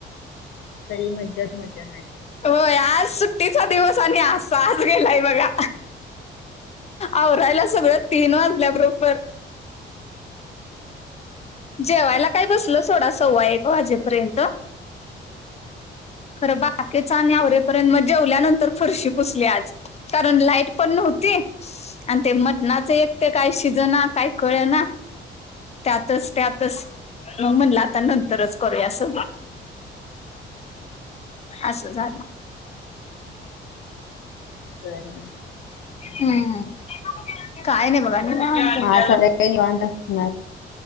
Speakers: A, on the left; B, on the left.
A: खरी मज्जाच मजा झाली आहे.
B: होय आज सुट्टीचा दिवस आणि अस आज गेलाय बघा. आवरायला सगळं तीन वाजल्याबरोबर जेवायला काय बसल सोडा सव्वा एक वाजेपर्यंत खरं बाकी आवरेपर्यंत मग जेवल्यानंतर फरशी पुसली आज. कारण लाईट पण नव्हती. आणि ते मटणाचं एक ते काय शिजना काय कळे ना त्यातच त्यातच मंग मनला तनांत रच कोर्यास- असं झालं.
A: बर बर.
B: हम्म काय नाही बघा निवांत.
A: मग आज संध्याकाळी निवांत असणार.